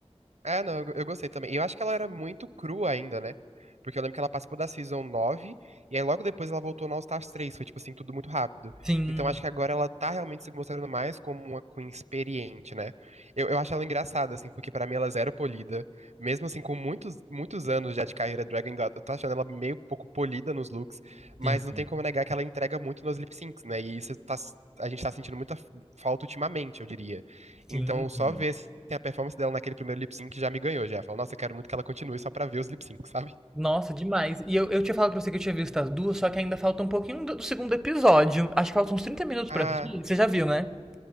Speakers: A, on the right (about 80°); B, in the centre.
A: Ah, não, eu, eu gostei também. E eu acho que ela era muito crua ainda, né? Porque eu lembro que ela participou da Season nove e aí logo depois ela voltou no All Stars 3. foi tipo assim, tudo muito rápido.
B: Sim,
A: Então acho que agora ela tá realmente se mostrando mais como uma Queen experiente, né? Eu, eu acho ela engraçada, assim, porque pra mim ela é zero polida. Mesmo assim, com muitos, muitos anos já de carreira drag, ainda eu tô achando ela meio pouco polida nos looks, mas
B: sim,
A: não tem como negar que ela entrega muito nos lip syncs, né? E isso tá, a gente tá sentindo muita falta ultimamente, eu diria.
B: sim.
A: Então, só ver assim, a performance dela naquele primeiro lip sync já me ganhou, já. Falo, nossa, eu quero muito que ela continue só pra ver os lip syncs, sabe?
B: Nossa, demais. E eu, eu tinha falado pra você que eu tinha visto as duas, só que ainda falta um pouquinho do, do segundo episódio. Acho que falta uns trinta minutos
A: Ah,
B: pra assistir. Você já viu, né?